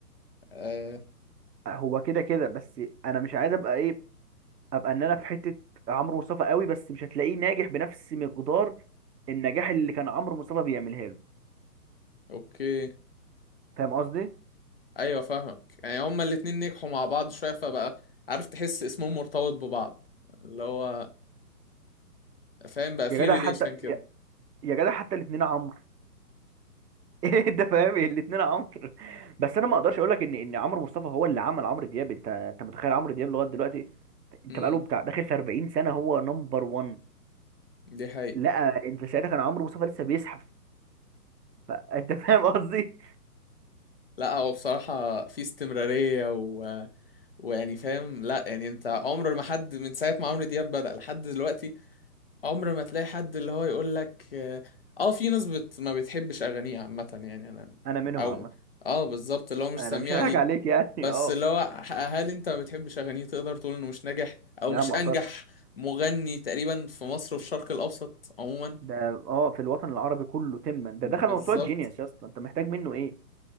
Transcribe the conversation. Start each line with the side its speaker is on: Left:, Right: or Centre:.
Left: آه
Right: هو كده كده بس انا مش عايز ابقى ايه ابقى ان انا في حتة عمرو مصطفى قوي بس مش هتلاقيه ناجح بنفس مقدار النجاح اللي كان عمرو مصطفى بيعملها له
Left: اوكي
Right: فاهم قصدي
Left: ايوه فاهمك يعني هما الاتنين نجحوا مع بعض شوية فبقى عارف تحس اسمهم مرتبط ببعض اللي هو فاهم بقى في
Right: يا جدع
Left: ريليشن
Right: حتى
Left: كده
Right: يا يا جدع حتى الاثنين عمرو <laughs> ايه ده فاهم الاثنين عمرو بس انا ما اقدرش اقول لك ان ان عمرو مصطفى هو اللي عمل عمرو دياب انت انت متخيل عمرو دياب لغايه دلوقتي انت
Left: امم
Right: بقاله بتاع داخل في 40 سنه هو نمبر 1
Left: دي حقيقة
Right: لا انت ساعتها كان عمرو مصطفى لسه بيزحف فانت فاهم قصدي
Left: لا هو بصراحة في استمرارية و... ويعني فاهم لا يعني انت عمر ما حد من ساعة ما عمرو دياب بدأ لحد دلوقتي عمر ما تلاقي حد اللي هو يقول لك اه آه، في ناس بت... ما بتحبش أغانيه عامة يعني انا
Right: انا منهم
Left: او
Right: عامه
Left: اه بالظبط اللي هو مش
Right: انا
Left: سميع
Right: مش هضحك
Left: ليك
Right: عليك يعني
Left: بس
Right: اه
Left: اللي هو ح- هل انت ما بتحبش أغانيه تقدر تقول انه مش ناجح او
Right: لا
Left: مش
Right: ما
Left: انجح
Right: اقدرش
Left: مغني تقريبا في مصر وفي الشرق الأوسط عموما
Right: ده اه في الوطن العربي كله تما ده دخل
Left: بالظبط
Right: موسوعه جينيوس يا اسطى انت محتاج منه ايه